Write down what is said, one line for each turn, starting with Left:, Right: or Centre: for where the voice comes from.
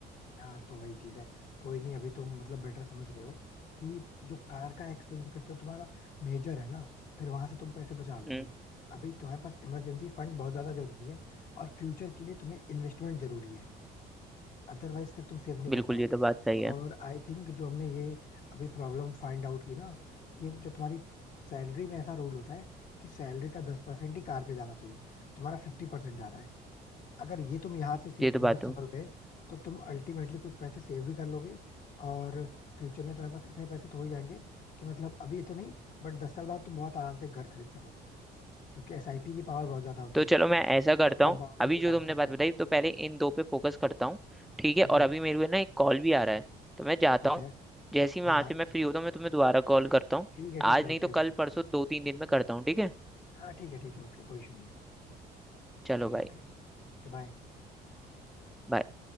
Left: हाँ तो वही चीज है कोई नहीं अभी तुम मतलब बेटर समझ गए हो कि जो कार का एक्सपेंस खर्चा तुम्हारा मेजर है ना फिर वहां से तुम पैसे बचा लोगे
Centre: हम्म
Left: अभी तुम्हारे पास इमरजेंसी फंड बहुत ज्यादा जरूरी है और फ्यूचर के लिए तुम्हें इन्वेस्टमेंट जरूरी है अदरवाइज फिर तुम सेव नहीं
Centre: बिल्कुल
Left: कर पाओगे
Centre: ये तो बात सही है
Left: और आई थिंक जो हमने ये अभी प्रॉब्लम फाइंड आउट की ना कि एक जो तुम्हारी सैलरी में ऐसा रूल होता है कि सैलरी का दस परसेंट ही कार पे जाना चाहिए तुम्हारा फिफ्टी परसेंट जा रहा है अगर ये तुम यहाँ से save-
Centre: ये तो
Left: मतलब
Centre: बात
Left: संभल
Centre: तुम
Left: गए तो तुम अल्टीमेटली कुछ पैसे सेव भी कर लोगे और फ्यूचर में तुम्हारे पास इतने पैसे तो हो ही जाएंगे कि मतलब अभी तो नहीं बट दस साल बाद तुम बहुत आराम से घर खरीद सको क्योंकि एसआईपी की पावर बहुत ज्यादा होती
Centre: तो
Left: है
Centre: चलो मैं ऐसा करता
Left: जो कंपाउंडिंग
Centre: हूँ अभी
Left: पे
Centre: जो
Left: काम
Centre: तुमने
Left: करता
Centre: बात
Left: है
Centre: बताई तो पहले इन दो पे फोकस करता हूँ ठीक है
Left: ठीक
Centre: और
Left: है
Centre: अभी मेरे को ना एक कॉल भी आ रहा है तो मैं जाता
Left: ठीक
Centre: हूँ
Left: है
Centre: जैसे ही
Left: हाँ
Centre: वहां
Left: हाँ
Centre: से मैं फ्री होता हूँ मैं तुम्हें दोबारा कॉल करता हूँ
Left: ठीक है ठीक
Centre: आज
Left: है
Centre: नहीं
Left: ओके
Centre: तो कल
Left: ओके
Centre: परसों दो तीन दिन में करता हूँ ठीक है
Left: हाँ ठीक है ठीक है ओके कोई इशू नहीं है
Centre: चलो
Left: ठीक
Centre: भाई
Left: है ओके ओके बाय
Centre: bye।